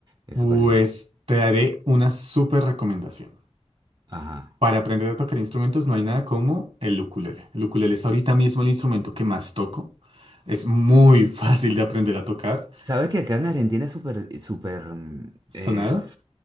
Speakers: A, on the right (about 40°); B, on the right (about 65°).
A: es
B: Pues
A: súper lindo.
B: te daré una súper recomendación.
A: Ajá.
B: Para aprender a tocar instrumentos no hay nada como el ukulele. El ukulele es ahorita mismo el instrumento que más toco. Es muy <laughs> fácil de aprender a tocar.
A: ¿Sabes que acá en Argentina es súper, súper, mm,
B: ¿Sonado?
A: eh,